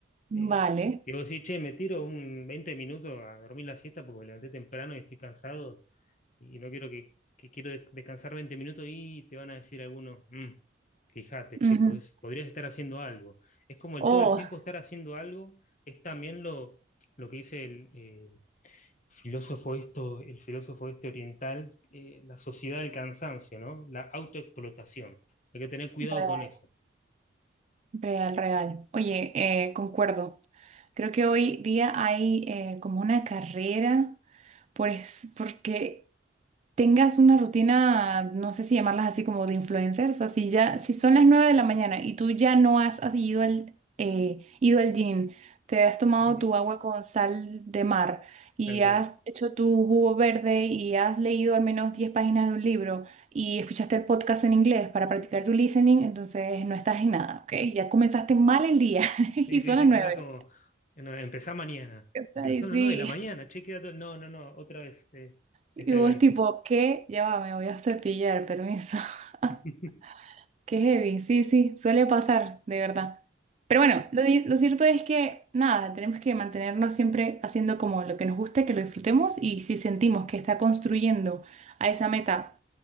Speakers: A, on the left; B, on the right.
A: eh,
B: Vale.
A: digo, sí, che, me tiro un 20 minutos a dormir la siesta porque me levanté temprano y estoy cansado y no quiero que, que quiero des- descansar 20 minutos y te van a decir algunos, "Mm, fíjate, che,
B: Ujú.
A: podés- podrías estar haciendo algo. Es como el
B: Oh,
A: todo el tiempo estar haciendo algo, es también lo, lo que dice el eh, filósofo esto, el filósofo este oriental, eh, la sociedad del cansancio, ¿no? La autoexplotación. Hay que tener cuidado
B: real,
A: con eso.
B: real, real. Oye, eh, concuerdo. Creo que hoy día hay eh, como una carrera por es- porque tengas una rutina, no sé si llamarlas así como de influencers, o así ya, si son las 9 de la mañana y tú ya no has has ido al, eh, ido al gym, te has tomado
A: <laughs>
B: tu agua con sal de mar y
A: Tal cual.
B: has hecho tu jugo verde y has leído al menos 10 páginas de un libro y escuchaste el podcast en inglés para practicar tu listening, entonces no estás en nada, ¿ok? Ya comenzaste mal el día <laughs> y
A: Sí, sí,
B: son
A: sí,
B: las nueve
A: queda como, no, empezá mañana,
B: O sea,
A: pero
B: y
A: son las
B: sí.
A: 9 de la mañana, che, queda todo, no, no, no, otra vez, eh,
B: Y
A: es tremendo.
B: vos tipo, ¿qué? Ya va, me voy a cepillar, permiso. <laughs>
A: <laughs>
B: Qué heavy, sí, sí, suele pasar, de verdad. Pero bueno, lo, di- lo cierto es que nada, tenemos que mantenernos siempre haciendo como lo que nos gusta, que lo disfrutemos y si sentimos que está construyendo a esa meta